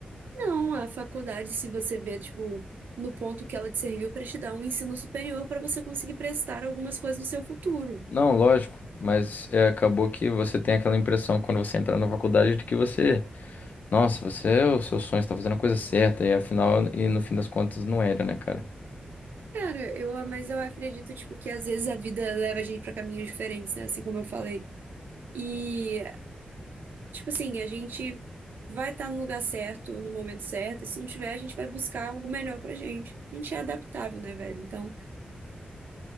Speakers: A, on the right; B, on the left.
A: Não, a faculdade, se você vê, tipo, no ponto que ela te serviu para te dar um ensino superior para você conseguir prestar algumas coisas no seu futuro.
B: Não, lógico, mas é, acabou que você tem aquela impressão quando você entrar na faculdade de que você, nossa, você é o seu sonho, está fazendo a coisa certa, e afinal, e no fim das contas, não era, né, cara?
A: Cara, eu, mas eu acredito, tipo, que às vezes a vida leva a gente para caminhos diferentes, né? Assim como eu falei. E Tipo assim, a gente vai estar no lugar certo, no momento certo, e se não tiver, a gente vai buscar algo melhor pra gente. A gente é adaptável, né, velho? Então,